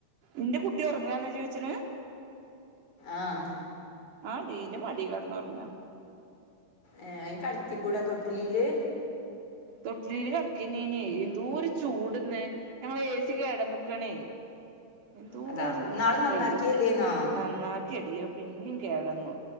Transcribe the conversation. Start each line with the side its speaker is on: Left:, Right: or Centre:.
Right: ഇന്റെ കുട്ടി ഒർങ്ങാന്നാ ചോയ്ച്ച്ണ്
Left: ആഹ്
Right: ആടീ ഇന്റമഡീ കെട്ന്നൊർങ്ങാ
Left: ഏഹ് ഐനെ കട്ത്തിക്കൂടെ തൊട്ടിലീല്
Right: തൊട്ട്ലില് കെട്ക്കെന്നേനെ എന്തോര് ചൂട് ഇന്ന് ഞങ്ങളേെ ഏസി കേടന്ന്ക്കാണേ എന്തോര്
Left: അതാ ഇന്നാള് നന്നാക്കിയല്ലേന്നോ
Right: ഏടി നന്നാക്കി എടീ അത് പിന്നിം കേടന്നു